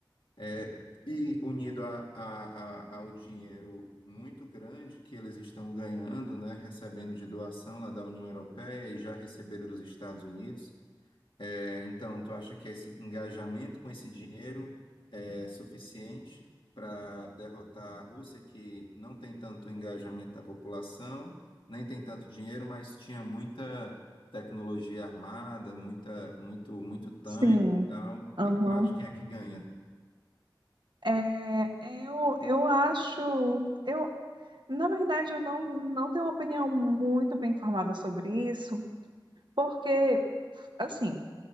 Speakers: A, on the left; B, on the right.
A: é, E unido a, a- a- ao dinheiro muito grande que eles estão ganhando, né, recebendo de doação lá da União Europeia e já receberam dos Estados Unidos. É, então, tu acha que esse engajamento com esse dinheiro é suficiente para derrotar a Rússia, que não tem tanto engajamento da população, nem tem tanto dinheiro, mas tinha muita tecnologia armada, muita, muito, muito tanque
B: Sim.
A: e tal. O
B: Aham.
A: que que tu acha? Quem é que ganha?
B: É, é, eu, eu acho, eu, na verdade, eu não, não tenho uma opinião muito bem formada sobre isso, porque, assim,